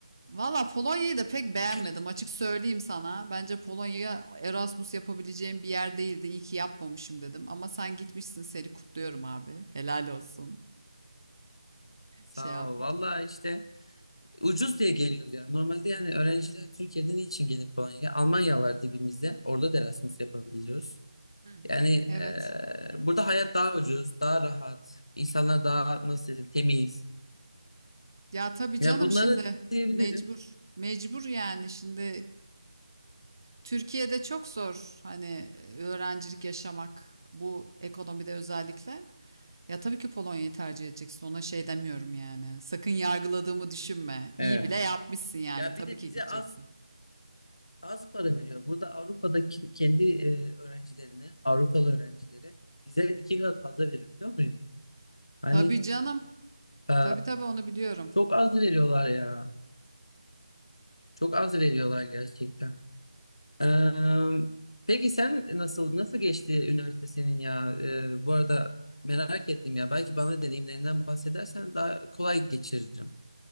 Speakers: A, on the right; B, on the left.
A: Valla Polonya'yı da pek beğenmedim
B: <clears throat>
A: açık söyleyeyim sana. Bence Polonya'ya Erasmus yapabileceğim bir yer değildi. İyi ki yapmamışım dedim. Ama sen gitmişsin seni kutluyorum abi. Helal olsun.
B: Sağ
A: Şey yap.
B: ol. Valla işte ucuz diye geliyoruz yani. Normalde yani öğrenciler Türkiye'den için gelip Polonya'ya? Almanya var dibimizde. Orada da Erasmus yapabiliyoruz.
A: Hı hı.
B: Yani eee,
A: Evet.
B: burada hayat daha ucuz, daha rahat, insanlar daha nasıl desem temiz.
A: Ya tabii
B: Ya
A: canım
B: bunları
A: şimdi
B: diyebilirim.
A: mecbur. Mecbur yani şimdi Türkiye'de çok zor hani öğrencilik yaşamak bu ekonomide özellikle. Ya tabii ki Polonya'yı tercih edeceksin. Ona şey demiyorum yani. Sakın yargıladığımı düşünme. İyi
B: Evet.
A: bile yapmışsın yani.
B: Ya
A: Tabii
B: bir de
A: ki
B: bize
A: gideceksin.
B: az az para veriyor. Burada Avrupa'daki kendi e, öğrencilerine, Avrupalı öğrencilere bize iki kat fazla veriyor biliyor musun? Hani
A: Tabii canım.
B: e,
A: Tabii tabii onu biliyorum.
B: çok az veriyorlar ya. Çok az veriyorlar gerçekten. Eee, peki sen nasıl nasıl geçti üniversite senin ya? Eee, bu arada merak ettim ya. Belki bana deneyimlerinden bahsedersen daha kolay geçiririm.